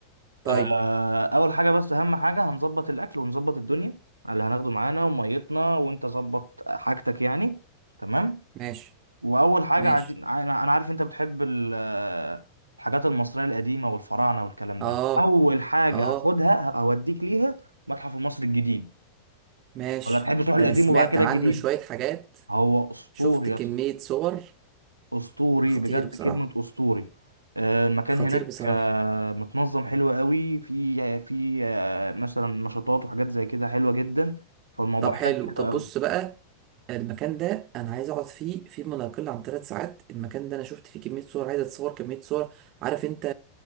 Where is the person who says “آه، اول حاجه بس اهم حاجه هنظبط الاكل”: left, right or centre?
Right